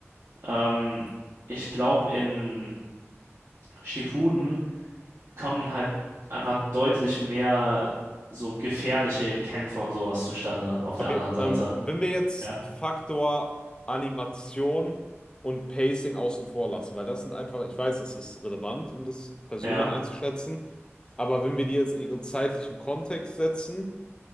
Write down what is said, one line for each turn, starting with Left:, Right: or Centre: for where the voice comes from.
Right: Ähm, ich glaube, in Shippuden kommen halt einfach deutlich mehr so gefährliche Kämpfe und sowas zustande auf der
Left: Okay,
Right: anderen Seite.
Left: ähm, wenn wir jetzt
Right: Ja.
Left: Faktor Animation und Pacing außen vor lassen, weil das sind einfach, ich weiß, das ist relevant, um das persönlich
Right: Ja,
Left: einzuschätzen, aber wenn wir die jetzt in ihren zeitlichen Kontext setzen,